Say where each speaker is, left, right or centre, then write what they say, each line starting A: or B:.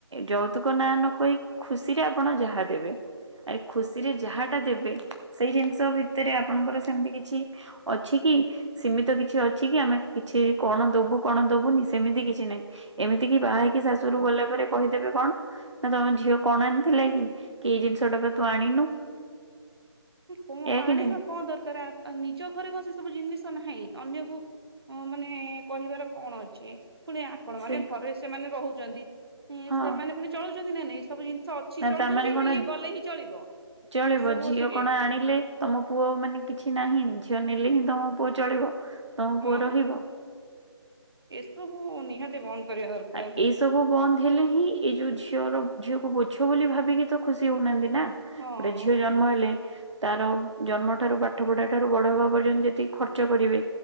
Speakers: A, on the right; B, on the right.
A: ଯୌତୁକ ନାଁ ନ କହିକି ଖୁସିରେ ଆପଣ ଯାହା ଦେବେ। ଆରେ ଖୁସିରେ ଯାହା ଟା ଦେବେ ସେଇ ଜିନିଷ ଭିତରେ ଆପଣଙ୍କର ସେମିତି କିଛି ଅଛି କି ସୀମିତ ତ କିଛି ଅଛି କି ଆମେ କିଛି କଣ ଦବୁ କଣ ଦବୁନି ସେମିତି କିଛି କିଛି ନାଇଁ ଏମିତି କିି ବାହା ହେଇକି ଶାଶୁ ଘରକୁ ଗଲା ପରେ କହିଦେବେ କଣ? ନା ତମ ଝିଅ କଣ ଆଣିଥିଲା କି, କି ଏଇ ଜିନିଷ ଟା ତୁ ଆଣିନୁ।
B: କନ
A: ଏଇଆ
B: ଆଣିବା
A: କି ନାହିଁ
B: କଣ ଦରକାର ନିଜ ଘରେ କଣ ସେ ସବୁ ଜିନିଷ ନାହିଁ ଅନ୍ୟକୁ ହ ମାନେ କହିବାର କଣ ଅଛି ପୁଣି ଆପଣ ମାନେ
A: ସେ
B: ଘରେ ସେମାନେ ରହୁଛନ୍ତି
A: ହଁ
B: ସେମାନେ ପୁଣି ଚଳୁଉଛନ୍ତି ନା ନାଇଁ ସବୁ ଜିନି ଶ ଅଛି
A: ନା
B: ଚଳୁଛନ୍ତି
A: ତାମାନେ କଣ
B: ନା ଇଏ ଗଲେ ହିଁ ଚଳିବ
A: ଚଳିବ
B: ଏସବୁ
A: ଝିଅ
B: ଅଛି
A: କଣ
B: କି?
A: ଆଣିଲେ। ତମ ପୁଅ ମାନେ କିଛି ନାହିଁ ଝିଅ ନେଲେ ହିଁ ତମ ପୁଅ ଚଳିବ। ତମ ପୁଅ
B: ହଁ
A: ରହିବ।
B: ଏସବୁ ନିହାତି ବନ୍ଦ କରିବା ଦରକାର।
A: ଆ ଏଇ ସବୁ ବନ୍ଦ ହେଲେ ହିଁ ଏଇ ଯୋଉ ଝିଅର ଝିଅକୁ ବୋଛ ବୋଲି ଭାବିକି ତ ଖୁସି ହଉନାହାନ୍ତି ନା,
B: ହଁ
A: ଗୋଟେ ଝିଅ ଜନ୍ମ ହେଲେ ତାର ଜନ୍ମ ଠାରୁ, ପାଠ ପଢା ଠାରୁ, ବଡ ହବା ପର୍ଯ୍ୟନ୍ତ ଯେତିକି ଖର୍ଚ୍ଚ କରିବେ